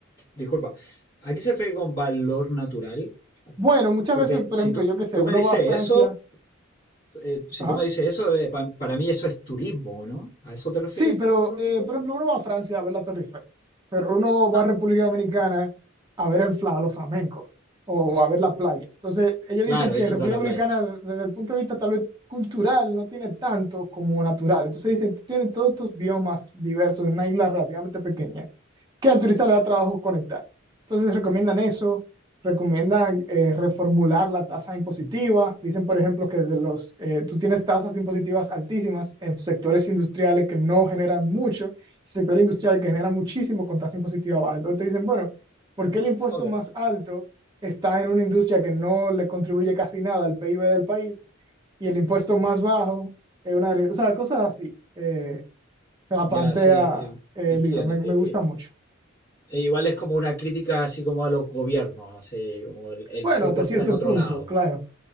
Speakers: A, on the left; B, on the right.
A: disculpa, ¿a qué se refiere con valor natural?
B: Bueno, muchas
A: Porque
B: veces, por
A: si
B: ejemplo,
A: tú,
B: yo qué sé,
A: tú
B: uno
A: me dices
B: va a Francia,
A: eso, eh, si
B: ajá.
A: tú me dices eso, eh, pa- para mí eso es turismo, ¿no? ¿A eso te refieres
B: Sí,
A: con
B: pero
A: valor
B: eh,
A: natural?
B: por ejemplo, uno va a Francia a ver la Torre Eiffel, pero uno
A: Ah,
B: va a República Dominicana a ver el fla, los flamencos o a ver la playa. Entonces, ellos
A: claro,
B: dicen que
A: disfrutar
B: República
A: la
B: Dominicana,
A: playa.
B: desde el punto de vista tal vez cultural, no tiene tanto como natural. Entonces, dicen, tú tienes todos estos biomas diversos en una isla relativamente pequeña que al turista le da trabajo conectar. Entonces, recomiendan eso recomiendan eh, reformular la tasa impositiva. Dicen, por ejemplo, que de los, eh, tú tienes tasas impositivas altísimas en sectores industriales que no generan mucho, sector industrial que genera muchísimo con tasa impositiva baja. Entonces te dicen, bueno, ¿por qué el impuesto
A: Ok,
B: más alto está en una industria que no le contribuye casi nada al PIB del país y el impuesto más bajo es una... O sea, cosas así. Eh, se la
A: ya
B: plantea
A: sí, eh,
B: eh,
A: entiendo.
B: el libro, me, me
A: E-
B: gusta
A: e-
B: mucho.
A: e igual es como una crítica así como a los gobiernos, así como el, el
B: Bueno,
A: foco
B: hasta
A: está
B: cierto
A: en otro
B: punto,
A: lado.
B: claro.